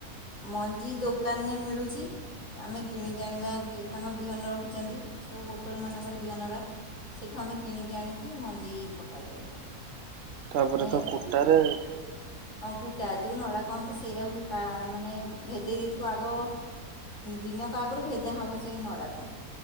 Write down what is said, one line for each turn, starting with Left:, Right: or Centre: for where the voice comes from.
Left: ମଞ୍ଜି ଦୋକାନରେ ମିଳୁଛି। ଆମେ କିଣିକି ଆଣିବା ତାଙ୍କର ବିହନ ରଖିଛନ୍ତି ସବୁ ବୋଟଲ ମାନଙ୍କରେ ବିହନର ସେଇଠୁ ଆମେ କିଣିକି ଆଣିକି ମଞ୍ଜି ପକାଯାଏ।
Right: ତାପରେ
Left: ମାନେ
Right: ତ କୁଟାରେ
Left: ଅଙ୍କୁଟା ଯେଉଁନ ଅଡ଼ା କନ୍ତି ସେଇଟଉ ମାନେ ଭେଦେଇ ଦେଇଥିବ ଆଗ ଦିନକ ଆଗରୁ ଭେଦା ହେବ ସେ ନଡ଼ାକୁ